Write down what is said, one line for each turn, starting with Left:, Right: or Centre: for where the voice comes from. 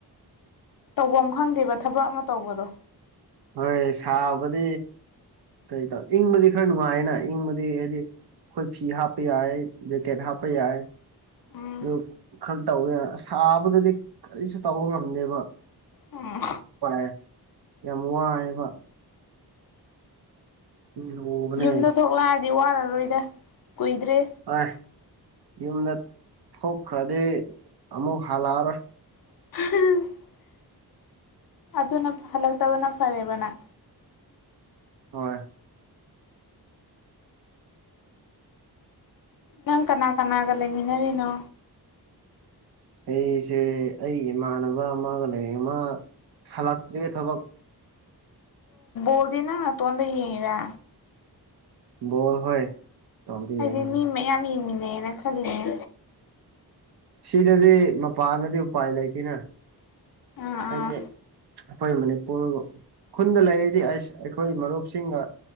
Left: ꯇꯧꯕꯐꯝ ꯑꯃ ꯈꯪꯗꯦꯕ ꯊꯕꯛ ꯑꯃ ꯇꯧꯕꯗꯣ
Right: ꯍꯣꯏ ꯁꯥꯕꯗꯤ ꯀꯩ ꯇ ꯏꯪ ꯃ ꯈꯔ ꯅꯨꯅꯨꯡꯉꯑꯅ ꯏꯪ ꯃ ꯍꯥꯏꯗꯤ ꯑꯩꯈꯣꯏ ꯐꯤ ꯍꯥꯞꯄ ꯌꯥꯏ ꯖꯦꯀꯦꯠ ꯍꯥꯞꯄ ꯌꯥꯏ
Left: ꯎꯝ
Right: ꯑꯗꯨ ꯈꯔ ꯇꯧꯋꯦ ꯑꯁꯥꯕꯗꯗꯤ ꯀꯔꯤꯁꯨ ꯇꯧꯕ ꯉꯝꯅꯦꯕ
Left: ꯎꯝ
Right: ꯦ ꯌꯥꯝꯃꯨꯕ ꯂꯨꯕꯅꯦ
Left: ꯌꯨꯝꯗ ꯊꯣꯛꯂꯛꯑꯗꯤ ꯋꯥꯔꯔꯣꯏꯗ ꯀꯨꯏꯗ꯭ꯔꯦ
Right: ꯑꯥꯏ ꯌꯨꯝꯗ ꯊꯣꯛꯈ꯭ꯔꯗꯤ ꯑꯃꯨꯛ ꯍꯜꯂꯛꯑꯔꯣꯏ
Left: <unintelligible> ꯑꯗꯨꯅ ꯍꯜꯂꯛꯇꯕꯅ ꯐꯔꯦꯕꯅ
Right: ꯍꯣꯏ
Left: ꯅꯪ ꯀꯅꯥ ꯀꯅꯥꯒ ꯂꯩꯃꯤꯟꯅꯔꯤꯅꯣ
Right: ꯑꯩꯁꯦ ꯑꯩ ꯏꯃꯥꯟꯅꯕ ꯑꯃꯒ ꯂꯩ ꯑꯃ ꯍꯂꯛ ꯊ ꯊꯕꯛ
Left: ꯣꯜꯗꯤꯅ ꯅ ꯇꯣꯗ ꯌꯦꯔ
Right: ꯣ ꯍꯣꯏ ꯇꯣꯝꯇ
Left: ꯍꯥꯏꯗꯤ
Right: ꯌꯦꯡꯕꯅꯤ
Left: ꯃꯤ ꯃꯌꯥꯝ ꯌꯦꯡꯃꯤꯟꯅꯩꯅ ꯈꯜꯂꯤꯅꯦ
Right: ꯁꯤꯗꯗꯤ ꯃꯄꯥꯟꯅꯗꯤ ꯎꯄꯥꯏ ꯂꯩꯇꯦꯅ
Left: ꯑꯥ ꯑꯥ
Right: ꯑꯗꯦ ꯑꯩꯈꯣꯏ ꯃꯅꯤꯄꯨꯔ ꯈꯨꯟꯗ ꯂꯩꯔꯗꯤ ꯑꯩꯈꯣꯏ ꯃꯔꯨꯞꯁꯤꯡꯒ